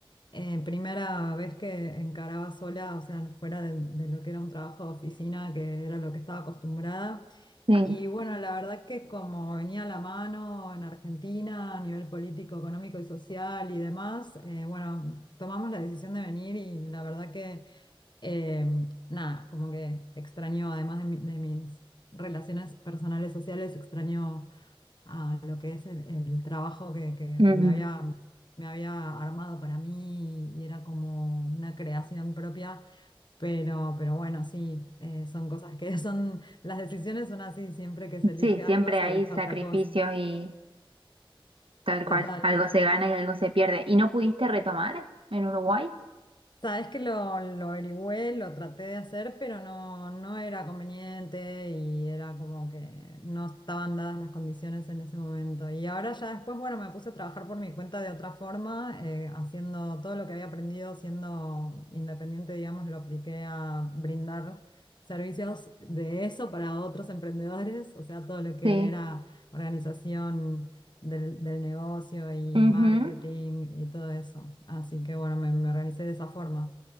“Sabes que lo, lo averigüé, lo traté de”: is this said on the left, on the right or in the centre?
Left